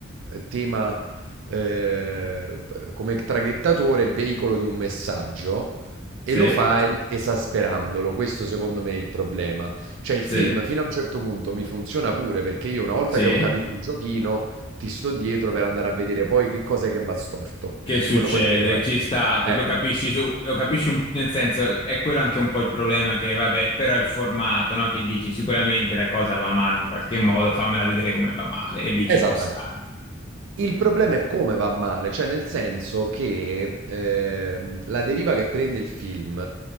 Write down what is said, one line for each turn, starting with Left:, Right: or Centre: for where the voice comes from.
Right: eh, tema eh, come traghettatore veicolo di un messaggio e
Left: sì,
Right: lo fai Certo. esasperandolo. Questo secondo me è il problema. Cioè il
Left: sì,
Right: film fino a un certo punto mi funziona pure perché io una volta
Left: sì.
Right: che ho capito il giochino ti sto dietro per andare a vedere poi che cosa è che va storto,
Left: Che
Right: perché
Left: succede?
Right: quello poi quello è.
Left: Ci sta,
Right: Eh,
Left: lo capisci su, lo capisci un- nel senso, è quello anche un po' il problema che, vabbè, però è il formato, no? Che dici sicuramente la cosa va male in qualche modo, fammela vedere come va male, e lì
Right: esattamente.
Left: ci può stare.
Right: Il problema è come va male, cioè nel senso che ehm, la deriva che prende il film